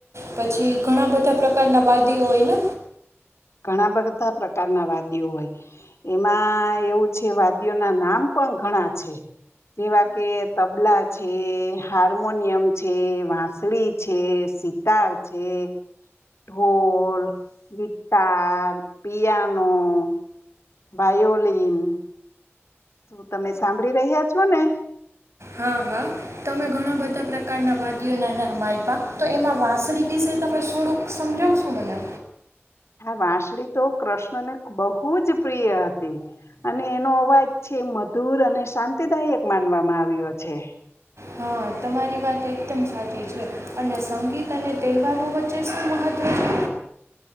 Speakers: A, on the right (about 75°); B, on the left (about 70°).
A: પછી ઘણા બધા પ્રકારના વાદીઓ હોય ને
B: ઘણા બધા પ્રકારના વાદ્યો હોય એમાં એવું છે વાદ્યો ના નામ પણ ઘણા છે જેવા કે તબલા છે હાર્મોનિયમ છે વાંસળી છે સિતાર છે ઢોલ ચાર પિયાનોો ભાયોલન હું તમે સાંભળી રહ્યા છો ને
A: હા હા તમે ઘણા બધા પ્રકારના વાદીઓના નામ આપ્યા તો એમાં વાંસળી વિશે તમે થોડુંક સમજાવશો મને
B: વાસળી તો કૃષ્ણને બહુ જ પ્રિય હતી અને એનો અવાજ છે મધુર અને શાંતિદાયક માનવામાં આવ્યો છે
A: હા તમારી વાત એકદમ સાચી છે અને સંગીત અને તહેવારો વચ્ચે શું મહત્ત્વ છે